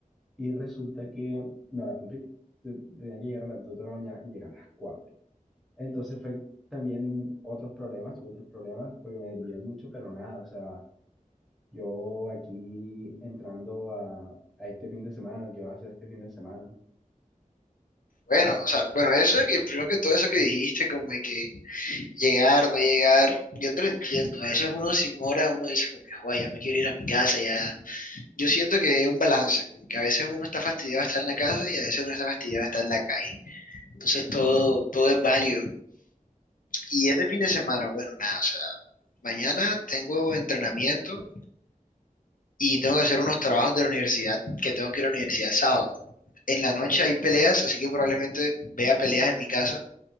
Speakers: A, in the centre; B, on the left (about 75°).
A: Y resulta que no la cumplí. Te- Tenía que llegar a las 2 de la mañana y llegar a las cuatro Entonces fue también otros problemas, tuve otros problemas porque me desvié mucho, pero nada, o sea, yo aquí entrando a, a este fin de semana, ¿qué vas a hacer este fin de semana?
B: Bueno, o sea, bueno, eso de que primero que todo eso que dijiste, como de que llegar, no llegar, yo te lo entiendo, a veces uno sin hora, uno dice como que, "Joder, ya me quiero ir a mi casa, ya. Yo siento que es un balance, como que a veces uno está fastidiado de estar en la casa y a veces uno está fastidiado de estar en la calle. Entonces todo, todo es válido. Y este fin de semana, bueno, nada, o sea, mañana tengo entrenamiento y tengo que hacer unos trabajos de la universidad, que tengo que ir a la universidad el sábado. En la noche hay peleas, así que probablemente vea peleas en mi casa.